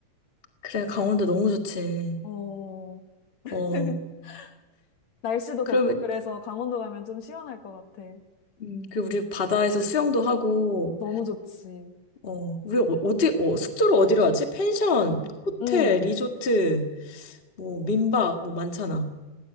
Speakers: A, on the left; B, on the left.
A: 그래, 강원도 너무 좋지.
B: 어, <laughs>
A: 어,
B: 날씨도 덥고
A: 그러면,
B: 그래서 강원도 가면 좀 시원할 것 같아.
A: 음, 그리고 우리 바다에서 수영도 하고,
B: 너무 좋지.
A: 어, 우리 어, 어디, 어, 숙소를 어디로 하지? 펜션, 호텔,
B: 음,
A: 리조트, 뭐, 민박, 뭐 많잖아.